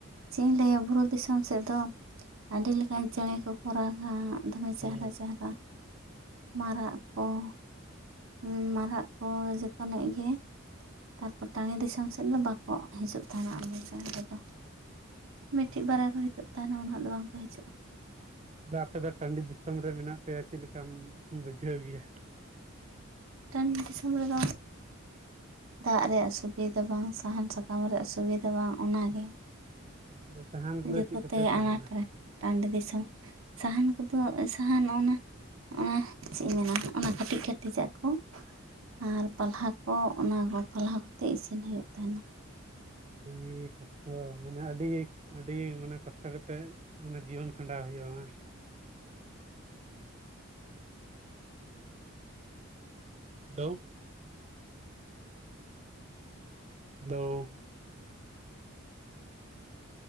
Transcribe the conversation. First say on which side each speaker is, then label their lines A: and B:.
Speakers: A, on the right; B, on the right.
A: ᱪᱮᱫ ᱤᱧ ᱞᱟᱹᱭ-ᱟ ᱵᱩᱨᱩ ᱫᱤᱥᱚᱢ ᱥᱮᱫ ᱫᱚ ᱟᱹᱰᱤ ᱞᱮᱠᱟᱱ ᱪᱮᱬᱮ ᱠᱚᱠᱚ ᱨᱟᱜ ᱜᱟ ᱫᱚᱢᱮ ᱪᱮᱦᱟᱨᱟ
B: ᱦᱩᱸ
A: ᱪᱮᱦᱟᱨᱟ ᱢᱟᱨᱟᱜ ᱠᱚᱸ ᱦᱩᱸ ᱢᱟᱨᱟᱜ ᱠᱚ ᱡᱚᱛᱚᱱᱟᱜ ᱜᱮ᱾ ᱛᱟᱨ ᱯᱚᱨ ᱴᱟᱰᱤ ᱫᱤᱥᱚᱢ ᱥᱮᱫ ᱫᱚ ᱵᱟᱠᱚ ᱦᱮᱡᱩᱜ ᱛᱟᱦᱮᱱᱟ ᱮᱢᱱᱤ ᱪᱮᱬᱮ ᱠᱚᱫᱚ
B: ᱦᱩᱸ
A: ᱢᱤᱫᱴᱤᱡᱽ ᱵᱟᱨᱭᱟ ᱠᱚ ᱦᱤᱡᱩᱜ ᱛᱟᱦᱮᱱᱟ ᱩᱱᱟᱜ ᱫᱚ ᱵᱟᱝ ᱠᱚ ᱦᱤᱡᱩᱜᱼᱟ᱾
B: ᱫᱟ ᱟᱯᱮ ᱫᱚ ᱴᱟᱺᱰᱤ ᱫᱤᱥᱚᱢ ᱨᱮ ᱢᱮᱱᱟᱜ ᱯᱮᱭᱟ ᱪᱮᱫ ᱞᱮᱠᱟᱢ ᱵᱩᱡᱷᱟᱹᱣ ᱜᱮᱭᱟ᱾
A: ᱴᱟᱺᱰᱤ ᱫᱤᱥᱚᱢ ᱨᱮᱫᱚ ᱫᱟᱜᱽ ᱨᱮᱭᱟᱜ ᱥᱩᱵᱤᱫᱟ ᱵᱟᱝ ᱥᱟᱦᱟᱱ ᱥᱟᱠᱟᱢ ᱨᱮᱭᱟᱜ ᱥᱩᱵᱤᱫᱟ ᱵᱟᱝ ᱚᱱᱟ ᱜᱮ᱾
B: <unintelligible> ᱥᱟᱦᱟᱱ ᱠᱚᱫᱚ
A: ᱡᱚᱛᱚ
B: ᱪᱮᱫ ᱠᱚᱯᱮ
A: ᱛᱮᱜᱮ
B: ᱥᱟᱦᱟᱱᱟ
A: ᱟᱱᱟᱴ ᱴᱟᱺᱰᱤ ᱫᱤᱥᱚᱢ ᱥᱟᱦᱟᱱ ᱠᱚᱫᱚ ᱥᱟᱦᱟᱱ ᱚᱱᱟ ᱚᱱᱟ ᱪᱮᱫ ᱤᱧ ᱢᱮᱱᱟ ᱚᱱᱟ ᱠᱟᱹᱴᱤᱡᱽ ᱠᱟᱹᱴᱤᱡᱽ ᱡᱟᱜ ᱠᱚ᱾ ᱟᱨ ᱯᱟᱞᱦᱟ ᱠᱚ ᱚᱱᱟ ᱠᱚ ᱯᱟᱞᱦᱟ ᱠᱚᱛᱮ ᱤᱥᱤᱱ ᱦᱩᱭᱩᱜ ᱛᱟᱦᱮᱱᱟ᱾
B: <unintelligible> <unintelligible> ᱟᱹᱰᱤ ᱠᱚᱥᱴᱚ ᱢᱟᱱᱮ ᱟᱹᱰᱤ ᱜᱮ ᱟᱹᱰᱤ ᱢᱟᱱᱮ ᱠᱚᱥᱴᱚ ᱠᱟᱛᱮᱜ ᱢᱟᱱᱮ ᱡᱤᱭᱚᱱ ᱠᱷᱟᱸᱰᱟᱣ ᱦᱩᱭᱩᱜᱼᱟ ᱵᱟᱝ᱾ Hello hello.